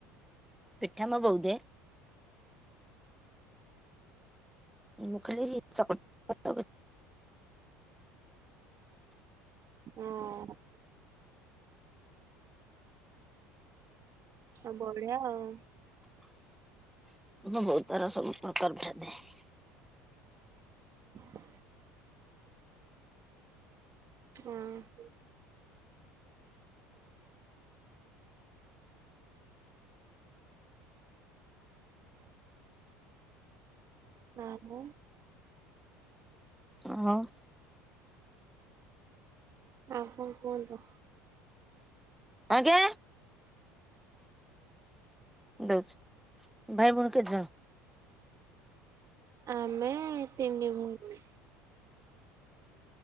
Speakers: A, in the centre; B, on the right.
A: ପିଠା ମୋ ବୋଉ ଦିଏ। ମୁଁ ଖାଲି ଚକୁଳି <unintelligible>
B: ଓହୋଃ। ଆଁ ବଢିଆ ଆଉ।
A: ମୋ ବୋଉ ତାର ସବୁ ପ୍ରକାର <inaudible>
B: ହ ହଁ। ହଁ ନା, ମ।
A: <inaudible>
B: ଆଉ କଣ କରୁଛ?
A: ଆଜ୍ଞା, ଦଉଛି। ଭାଇ ଭଉଣୀ କେତେ ଜଣ?
B: ଆମେ ତିନି ଭଉଣୀ।